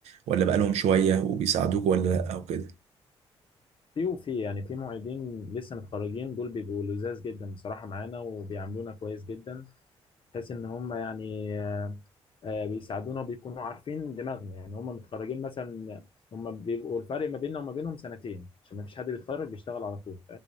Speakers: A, on the right; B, on the left.
A: ولا بقالهم شويه وبيساعدوك ولا لا او كده
B: في وفي يعني في معيدين لسه متخرجين دول بيبقوا لزاز جدا بصراحة معانا وبيعاملونا كويس جدا بحيث إن هم يعني آه، آه، بيساعدونا وبيكونوا عارفين دماغنا يعني هم متخرجين مثلا هم بيبقوا الفرق ما بيننا وما بينهم سنتين عشان ما فيش حد بيتخرج بيشتغل على طول